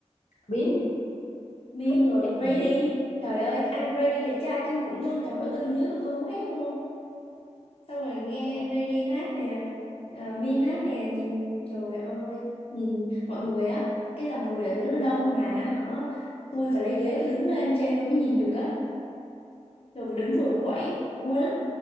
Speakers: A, on the left; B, on the left.
A: biết
B: Min
A: thích nghe
B: rồi
A: nhạc
B: Grady
A: bà biết
B: trời ơi anh Grady đẹp trai kinh khủng luôn trời ơi tôi đứng dưới mà tôi hú hét luôn xong rồi nghe anh Grady hát nè ờ, Min hát nè nhìn trời ơi nhìn mọi người á cái dòng người ở dưới nó đông mà hả tôi phải lấy ghế tôi đứng lên trên tôi mới nhìn được á rồi đứng vừa quẩy vui lắm